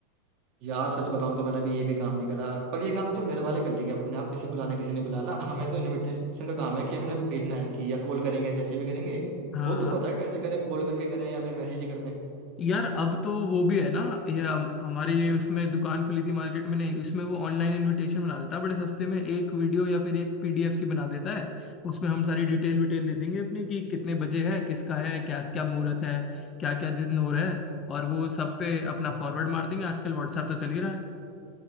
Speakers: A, on the right; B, on the left.
A: यार सच बताऊं तो मैंने अभी ये भी काम नहीं करा पर ये काम तो चल घर वाले कर लेंगे अपने आप किसे बुलाना किसी ने बुलाना हमें तो इनविटेशन का काम है कि हमने भेजना है कि या कॉल करेंगे जैसे भी करेंगे
B: हाँ
A: वो तू बता कैसे करें कॉल करके करें या फिर मैसेज ही कर दें
B: यार अब तो वो भी है ना ये हम, हमारे ये उसमें दुकान खुली थी मार्केट में नहीं उसमें वो ऑनलाइन इनविटेशन बना देता है बड़े सस्ते में एक वीडियो या फिर एक पीडीएफ सी बना देता है उसमें हम सारी डिटेल विटेल दे देंगे अपनी कि कितने बजे है किसका है क्या क्या मुहूर्त है क्या क्या दिन हो रहा है और वो सब पे अपना फॉरवर्ड मार देंगे आजकल व्हाट्सएप तो चल ही रहा है